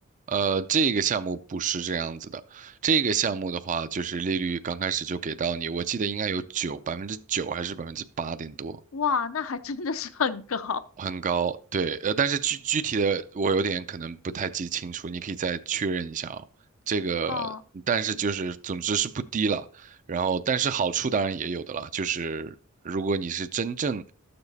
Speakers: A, on the right (about 35°); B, on the left (about 65°).
A: 呃，这个项目不是这样子的，这个项目的话，就是利率刚开始就给到你，我记得应该有九百分之九还是百分之八点多，
B: 哇，那还真的是很高
A: 很高，对，呃，但是具具体的我有点可能不太记清楚，你可以再确认一下哦。这个，
B: <laughs> 哦。
A: 但是就是总之是不低了，然后但是好处当然也有的啦，就是如果你是真正